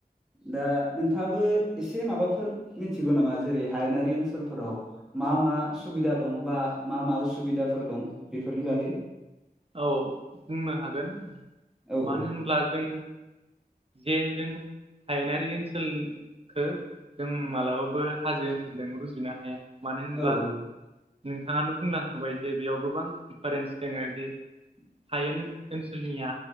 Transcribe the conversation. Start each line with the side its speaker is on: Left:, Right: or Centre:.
Centre: दा नोंथांङाबो एसे माबाफोर मिथिगौ नामा जेरै हायेनारि ओनसोलफोराव मा मा सुबिदा दं बा मा मा उसुबिदाफोर दं बेफोरनि बागै
Right: औ बुंनो हागोन
Centre: औ
Right: मानो
Centre: औ
Right: होनब्ला जों जे जों हायेनारि ओनसोलखौ जों मालाबाबो हाजो ओनसोलजों रुजुनो हाया। मानो होनब्ला
Centre: औ औ
Right: नोंथांङानो बुंलांखाबाय जे बेयाव गोबां दिफारेन्स दोंङ जि
Centre: <inaudible>
Right: हायेन ओनसोलनिया